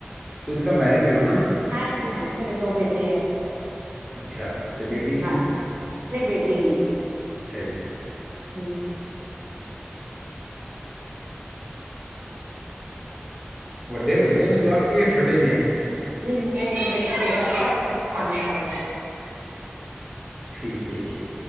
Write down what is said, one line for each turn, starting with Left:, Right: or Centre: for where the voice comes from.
Centre: ਤੁਸੀਂ ਤਾਂ ਮੈਰਿਡ ਈ ੳ ਨਾ
Right: ਹਾਂਜੀ ਹਾਂਜੀ ਮੇਰੇ ਦੋ ਬੇਟੇ ਏ।
Centre: ਅੱਛਾ ਤੇ ਬੇਟੀ
Right: ਹਾਂਜ ਨਹੀਂ ਬੇਟੀ ਨੀ
Centre: ਅੱਛਾ ਜੀ
Right: ਹੁ।
Centre: ਵੱਡੇ ਵੱਡੇ ਨੇ ਜਵਾਕ ਕੇ ਛੋਟੇ ਨੇ
Right: ਜਰੇ ਆਏਤ ਬੇਟਾ ਤੇਹਰਾ ਸਾਲ ਰ ਆਏ <unintelligible> ਤ ਪ ਪੰਜ ਸਾਲ
Centre: ਠੀਕ ਹੈ ਜੀ।